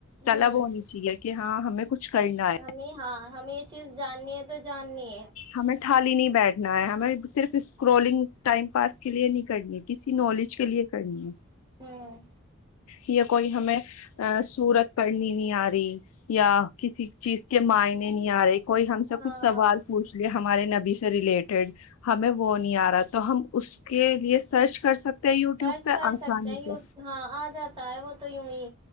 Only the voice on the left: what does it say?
طلب
ہونی چاہیے کہ ہاں ہمیں کچھ کرنا ہے
ہمیں ٹھالی نہیں بیٹھ کرنا ہے ہمیں صرف اسکرولنگ ٹائم پاس کے لیے نہیں کرنی ہے کسی نالج کے لیے کرنی ہے
یا کوئی ہمیں صورت پڑنی نہیں آ رہی یا کسی چیز کے معائنے نہیں آ رہے کوئی ہم سے
کچھ سوال ہمارے نبی سے ریلیٹڈ ہمیں وہ نہیں آ رہا تو ہم اس کے لیے سرچ کر سکتے ہیں یوٹیوب
پہ
آسانی
سے